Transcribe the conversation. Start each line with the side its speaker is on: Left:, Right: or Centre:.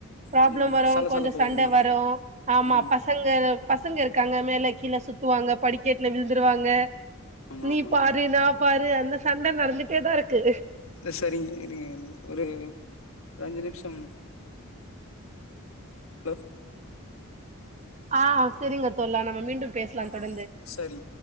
Right: ப்ராப்ளம்
Left: அந்த
Right: வரூ
Left: சலசலப்பு
Right: கொஞ்சொ சண்ட
Left: வருந்தான்
Right: வரூ ஆமா
Left: ஆ
Right: பசங் க அதா பசங்க இருக்காங்க மேல கீழ சுத்துவாங்க படிக்கெட்ல விழுந்துருவாங்க
Left: ஆமா
Right: நீ
Left: ஆமாங்க
Right: பாரு நா பாரு அந்த சண்ட நடதிட்டே தா இருக்கு
Left: இல சரிங்க இருங்க இருங் ஒரு ஒரு அஞ்சு நிமிஷம் லோ
Right: ஆ செரிங்க தோழா நம்ம மீண்டும் பேசலா
Left: ஆ
Right: தொடர்ந்து
Left: சரி